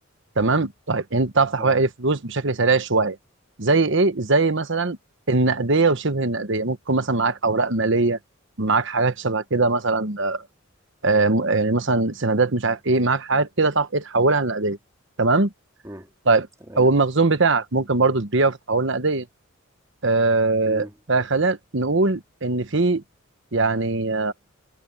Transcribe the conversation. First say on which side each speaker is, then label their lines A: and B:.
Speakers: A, on the right (about 60°); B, on the right (about 15°).
A: تمام طيب انت تعرف تحويل
B: آه
A: اي فلوس بشكل سريع شويه زي ايه زي مثلا النقديه وشبه النقديه ممكن يكون مثلا معاك اوراق ماليه معاك حاجات شبه كده مثلا آه م- يعني مثلا سندات مش عارف ايه معاك حاجات كده تعرف ايه تحولها لنقديه تمام
B: مم.
A: طيب
B: تمام
A: او المخزون بتاعك ممكن برضو تبيعه وتتحول نقديه آه
B: مم.
A: فخلينا نقول ان في يعني